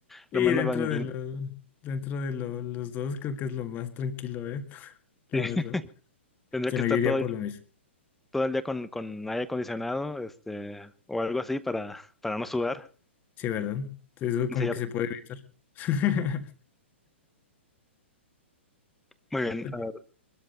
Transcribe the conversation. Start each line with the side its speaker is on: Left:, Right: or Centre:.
Left: Y
Centre: lo menos
Left: dentro
Centre: dañino.
Left: de lo, dentro de lo- los dos creo que es lo más tranquilo, ¿eh? <laughs> La
Centre: Sí, <laughs>
Left: verdad.
Centre: Tendría
Left: Se
Centre: que
Left: nos
Centre: estar
Left: yo iría
Centre: todo,
Left: por lo mismo.
Centre: todo el día con, con aire acondicionado, este, o algo así para, para no sudar.
Left: Sí, ¿verdad? Entonces eso
Centre: Sí,
Left: como
Centre: ya.
Left: que se puede evitar. <laughs>
Centre: Muy bien,
Left: Ok,
Centre: a ver,